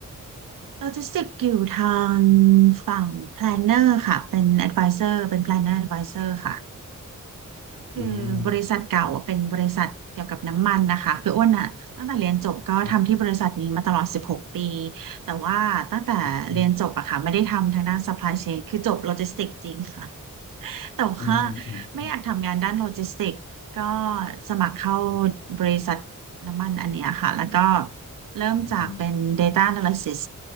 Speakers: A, on the right; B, on the left.
A: โลจิสติกอยู่ทางฝั่ง planner ค่ะเป็น advisor เป็น planner advisor ค่ะ คือบริษัทเก่าอะเป็นบริษัทเกี่ยวกับน้ำมันนะคะคืออ้วนอะตั้งแต่เรียนจบก็ทำที่บริษัทนี้มาตลอด16ปี
B: อืมครับ
A: แต่ว่าตั้งแต่เรียนจบอะค่ะไม่ได้ทำทางด้าน
B: อืม
A: supply chain คือจบโลจิสติกจริงค่ะ แต่ว่า
B: อืมอืมอืมครับ
A: ไม่อยากทำงานด้านโลจิสติกก็สมัครเข้า
B: อืม
A: บริษัทน้ำมันอันเนี้ยค่ะแล้วก็เริ่มจากเป็น
B: อืม
A: Data Analysis